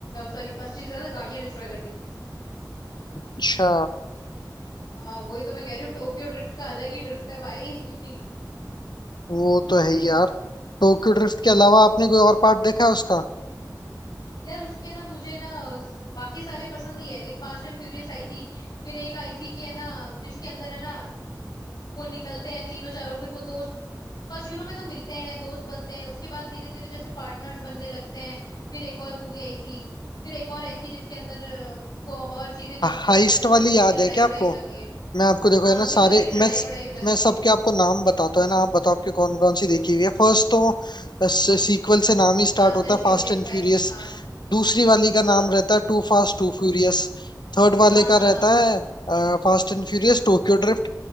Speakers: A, on the left (about 60°); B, on the left (about 75°).
A: सॉरी 80 से ज्यादा गाड़ियां डिस्ट्रॉय कर दी थी
B: अच्छा
A: हाँ वही तो मैं कह रही हूँ टोक्यो ड्रिफ्ट का अलग ही ड्रिफ्ट है भाई <laughs>
B: वो तो है ही यार टोक्यो ड्रिफ्ट
A: हम्म
B: के अलावा आपने कोई और पार्ट देखा है उसका
A: यार उसके ना मुझे ना उस- बाकी सारे पसंद ही है देख फास्ट एंड फ्यूरियस आई थी फिर एक आई थी कि है ना जिसके अंदर है ना वो निकलते हैं तीनों चारों फिर वो दोस्त बस शुरू में तो मिलते हैं दोस्त बनते हैं उसके बाद धीरे धीरे जैसे पार्टनर्स बनने लगते हैं फिर एक और मूवी आई थी फिर एक और आई थी जिसके अंदर अ, वो और चीजें करने
B: हाइस्ट
A: लग जाते हैं शायद
B: वाली
A: उनकी
B: याद
A: कोई लड़ाई
B: है क्या
A: वड़ाई
B: आपको
A: हो जाती है
B: मैं आपको देखो
A: हाँ
B: है ना
A: वही तो
B: सारे
A: कह रही हूँ लड़ाई
B: मैं
A: वड़ाई हो जाती
B: मैं सबके
A: है
B: आपको नाम बताता हूँ है ना आप बताओ आपकी कौन
A: हम्म
B: कौन सी देखी हुई है फर्स्ट तो बस सीक्वल से नाम ही स्टार्ट
A: Fast
B: होता
A: and
B: है
A: furious
B: फास्ट एंड
A: five
B: फ्यूरियस
A: हाँ
B: दूसरी वाली का
A: हाँ
B: नाम रहता है two Fast two Furious Third वाले
A: हाँ हाँ
B: का
A: हाँ
B: रहता
A: हाँ
B: है Fast and Furious Tokyo Drift